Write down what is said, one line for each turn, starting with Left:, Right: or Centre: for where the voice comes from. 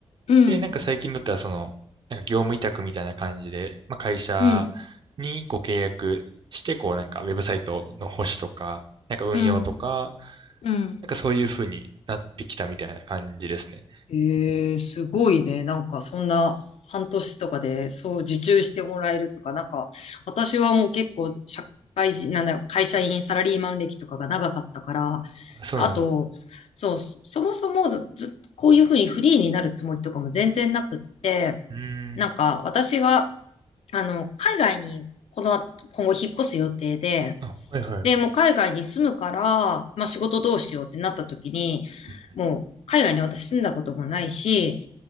Left: うん、
Right: で、なんか最近だったら、その、なんか業務委託みたいな感じで、まあ、会社にご契約して、
Left: うん、
Right: こう、なんかウェブサイトの保守とか、なんか運用とか、
Left: うん、うん。
Right: なんかそういう風になってきたみたいな感じですね。
Left: ええ、すごいね。なんかそんな半年とかでそう受注してもらえるとか、なんか私はもう結構社会人、なんだよ、会社員、サラリーマン歴とかが長かったから、
Right: あそうなんです。
Left: あと、そう、そそもそもず、こういうふうにフリーになるつもりとかも全然なくって、
Right: うーん。
Left: なんか私があの、海外にこの後、今後引っ越す予定で、
Right: あ、はいはい。
Left: で、もう海外に住むから、まあ仕事どうしようってなった時に、
Right: うん。
Left: もう海外に私住んだこともないし、